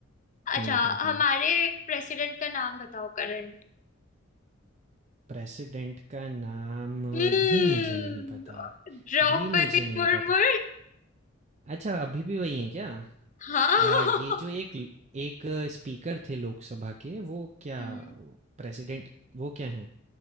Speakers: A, on the left; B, on the right.
A: अच्छा
B: हुँ, हुँ,
A: हमारे
B: हुँ।
A: प्रेसिडेंट का नाम बताओ करंट
B: प्रेसिडेंट का नाम
A: हम्म
B: भी मुझे नहीं पता,
A: द्रौपदी
B: भी मुझे नहीं
A: मुर्मू
B: पता। अच्छा अभी भी वही है क्या?
A: हाँ
B: अ, ये जो एक ल एक स्पीकर थे लोकसभा के वो क्या
A: हम्म
B: प्रेसिडेंट वो क्या हैं?